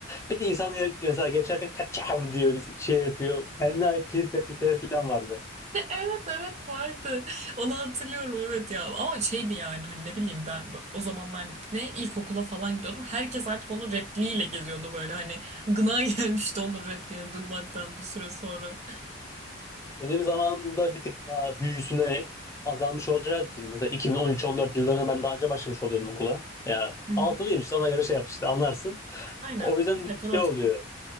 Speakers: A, on the left; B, on the right.
A: Bir de insan yer- mesela geçerken kaçav diyor. Şey yapıyor. Kendine ait kilit replikleri falan vardı.
B: Evet evet vardı. Onu hatırlıyorum evet ya. Ama şeydi yani hani ne bileyim ben bu- o zamanlar ne ilkokula falan gidiyordum. Herkes artık onun repliğiyle geziyordu böyle hani gına <laughs> gelmişti onun repliğini duymaktan bir süre sonra.
A: Benim zamanımda bir tık daha büyüsüne azalmış olacağı için. Mesela 2013-14 yıllarında ben daha önce başlamış oluyordum okula. Ya
B: Hı hı.
A: altılıyım işte ona göre şey yap işte anlarsın.
B: Aynen.
A: O yüzden
B: Bir dakika
A: bir tık şey oluyor.